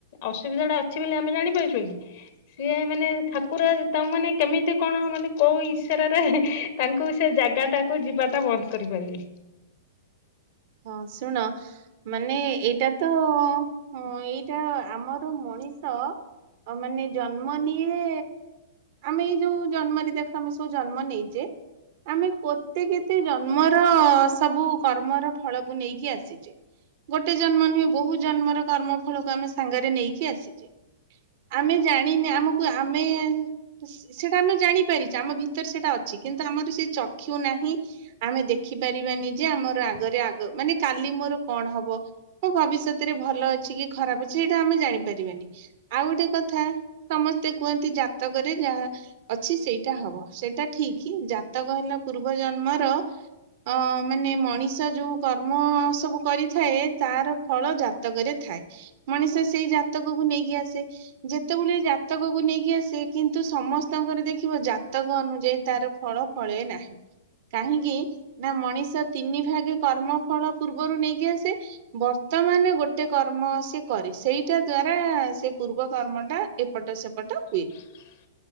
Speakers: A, on the left; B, on the right.
A: ଅସୁବିଧା ଟା ଅଛି ବୋଲି ଆମେ ଜାଣିପାରୁଛୁ କି? ସିଏ ମାନେ ଠାକୁର ତା ମାନେ କେମିତି କଣ ମାନେ କୋଉ ଈସାରାରେ ତାଙ୍କୁ ସେ ଜାଗା ଟାକୁ ଯିବା ଟା ବନ୍ଦ କରିପାରିବି।
B: ହଁ ଶୁଣ। ମାନେ ଏଇଟା ତ ହଁ ଏଇଟା ଆମର ମଣିଷ। ଅ ମାନେ ଜନ୍ମ ନିଏ ଆମେ ଏଇ ଯୋଉ ଜନ୍ମରେ ଦେଖ ଆମେ ସବୁ ଜନ୍ମ ନେଇଚେ ଆମେ କୋତେ କେତେ ଜନ୍ମର ସବୁ କର୍ମର ଫଳକୁ ନେଇକି ଆସିଚେ। ଗୋଟେ ଜନ୍ମ ନୁହେଁ ବହୁ ଜନ୍ମର କର୍ମ ଫଳକୁ ଆମେ ସାଙ୍ଗରେ ନେଇକି ଆସିଚେ। ଆମେ ଜାଣିନେ ଆମକୁ ଆମେ ସେଇଟା ଆମେ ଜାଣିପାରିଚେ ଆମ ଭିତରେ ସେଟା ଅଛି। କିନ୍ତୁ ଆମର ସେ ଚକ୍ଷୁ ନାହିଁ। ଆମେ ଦେଖିପାରିବାନି ଯେ ଆମର ଆଗରେ ଆଗ ମାନେ କାଲି ମୋର କଣ ହବ? ଭବିଷ୍ୟତରେ ଭଲ ଅଛି କି ଖରାପ ଅଛି ସେଇଟା ଆମେ ଜାଣିପାରିବାନି। ଆଉ ଗୋଟେ କଥା ସମସ୍ତେ କୁହନ୍ତି ଜାତକରେ ଯାହା ଅଛି ସେଇଟା ହବ। ସେଇଟା ଠିକି ଜାତକ ହେଲା ପୂର୍ବ ଜନ୍ମର ଅଁ ମାନେ ମଣିଷ ଯୋଉ କର୍ମ ସବୁ କରିଥାଏ। ତାର ଫଳ ଜାତକରେ ଥାଏ। ମଣିଷ ସେଇ ଜାତକକୁ ନେଇକି ଆସେ। ଯେତେବେଳେ ଜାତକକୁ ନେଇକି ଆସେ କିନ୍ତୁ ସମସ୍ତଙ୍କର ଦେଖିବ ଜାତକ ଅନୁଯାୟୀ ତାର ଫଳ ଫଳେ ନାହିଁ। କାହିଁକି ନା ମଣିଷ ତିନି ଭାଗେ କର୍ମ ଫଳ ପୂର୍ବରୁ ନେଇକି ଆସେ। ବର୍ତ୍ତମାନ ଗୋଟେ କର୍ମ ସେ କରେ ସେଇଟା ଦ୍ଵାରା ସେ ପୂର୍ବ କର୍ମଟା ଏପଟ ସେପଟ ହୁଏ।
A: <unintelligible>